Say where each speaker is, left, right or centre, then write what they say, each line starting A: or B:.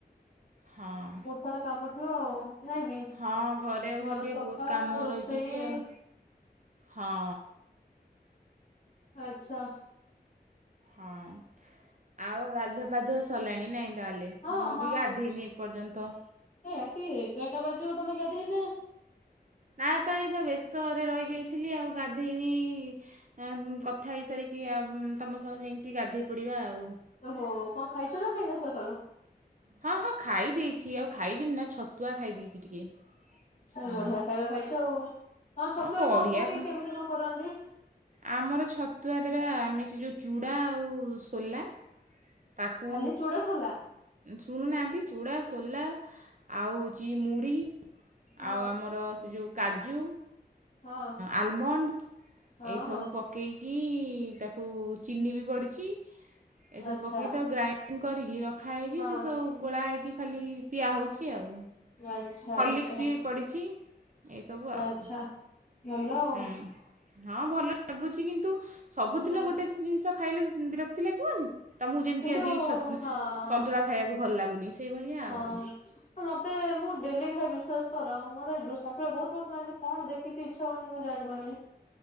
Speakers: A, on the right; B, on the left.
A: ହଁ
B: ଥର କାମ ଥିବ ଆଉ। ନାଇଁ କି
A: ହଁ ଘରେ ଆଉ
B: ଘର
A: ଫୁଣି ଟିକେ
B: ସଫା
A: ବହୁତ କାମ
B: ରୋଷେଇ
A: ରହିଯାଇଛି ଆଉ ହଁ।
B: ଆଚ୍ଛା।
A: ହଁ, ଆଉ ଗାଧୁଆ ପାଧୁଆ ସରିଲାଣି ନାଇଁ। ତାହେଲେ
B: ହଁ
A: ମୁଁ
B: ହଁ
A: ବି ଗାଧୋଇନି ଏପର୍ଯ୍ୟନ୍ତ।
B: ଏ ଆସି ଏଗାରଟା ବାଜିବ ତମେ ଗାଧେଇନା।
A: ନା ପାଇବା ବ୍ୟସ୍ତରେ ରହିଯାଇଥିଲି ଆଉ ଗାଧେଇନି। କଥା ହେଇ ସାରିକି ଆ ତମ ସହ ଯାଇକି ଗାଧେଇ ପଡିବା ଆଉ।
B: ଓହୋ! କଣ ଖାଇଛ ନା ଖାଇନ ସକାଳୁ?
A: ହଁ ହଁ ଖାଇ ଦେଇଛି ଆଉ ଖାଇବିନି ନା ଛତୁଆ ଖାଇ ଦେଇଛି ଟିକେ।
B: ଆଛା
A: ହୁଁ
B: ବଢିଆ ଖାଇବା ଖାଇଛ ଆଉ। ହ ଛତୁଆ
A: ହଁ ବଢ଼ିଆ
B: କଣ ପକେଇ
A: ଗ-
B: କେମିତି କଣ କରନ୍ତି?
A: ଆମର ଛତୁଆରେ ବା ଆମେ ସେ ଯେଉଁ ଚୂଡ଼ା ଆଉ ସୋଲା। ତାକୁ।
B: ଖାଲି ଚୁଡା ସୋଲା
A: ଶୁଣୁନାହାଁନ୍ତି ଚୂଡ଼ା, ସୋଲା, ଆଉ ହେଉଛି ମୁଢ଼ି,
B: ହଁ
A: ଆଉ ଆମର ସେ ଯେଉଁ କାଜୁ,
B: ହଁ
A: ଆଲମଣ୍ଡ,
B: ହଁ
A: ଏଇସବୁ ପକ ଇକି ତାକୁ ଚିନି ବି ପଡ଼ିଛି ଏସବୁ
B: ଆଚ୍ଛା
A: ପକେଇିକ ତାକୁ ଗ୍ରାଇଣ୍ଡ କରିକି ରଖାହେଇଛି
B: ହଁ
A: ସେ ସବୁ ଗୋଳା ହେଇକି ଖାଲି ପିଆ ହଉଛି ଆଉ।
B: ଆଚ୍ଛା
A: ହଲିକ୍ସ
B: ଆଚ୍ଛା
A: ବି ପଡ଼ିଛି। ଏଇସବୁ ଆଉ
B: ଆଚ୍ଛା ଭଲ ଆଉ।
A: ହୁଁ ହଁ ଭଲ ଲାଗୁଛି କିନ୍ତୁ ସବୁଦିନ
B: ହଁ
A: ଗୋଟେ ଜିନିଷ ଖାଇଲେ ବିରକ୍ତି ଲାଗିବନି। ତମୁକୁ ଯେମତି
B: କିନ୍ତୁ
A: ଆଜି ସତୁ
B: ହଁ
A: ସନ୍ତୁଳା ଖାଇବାକୁ ଭଲ ଲାଗୁନି ସେଇଭଳିଆ
B: ହଁ।
A: ଆଉ
B: ମତେ ମୁଁ ଡେଲି ଖାଏ ବିଶ୍ୱାସ କର ମତେ ସନ୍ତୁଳା ବହୁତ ପସନ୍ଦ ଲାଗଛି କଣ ଦେ ଖିକି ଇଛା ହଉନି ମୁଁ ଜାଣି ପାରୁନି